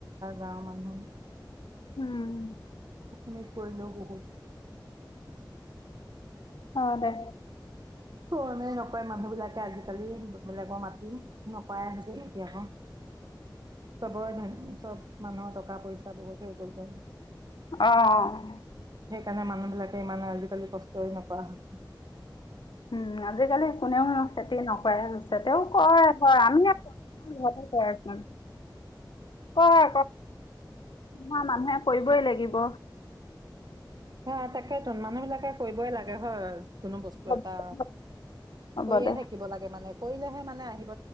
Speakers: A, on the right; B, on the left.
A: গাঁৱৰ মানুহ।
B: উম।
A: সেইখিনি কৰিলো বহুত।
B: অ দে।
A: কণে নকৰে মানুহ বিলাকে আজিকালি বেলেগৰ মাটি নকৰাই হৈছে এতিয়া আকৌ চবৰে ধ চব মানুহৰ টকা পইচা বহুত হৈ গল যে।
B: অহ।
A: সেইকাৰণে মানুহ বিলাকে ইমান আজিকালি কষ্টই নকৰা হৈছে।
B: উম আজিকালি কোনেও খেতি নহ। কৰালো। তেতেওঁ কয় হয় আমি ঘতে কয়চোন। ক ক মাত। নহয় কৰিবই লাগিব।
A: হ তাকেতোন মানুহ বিলাকে কৰিবই লাগে হয়। কোনো বস্তু
B: হ'ব
A: এটা
B: দে হ'ব
A: কৈয়ে
B: দে
A: থাকিব লাগে মানে। কৰিলেহে মানে আহিব।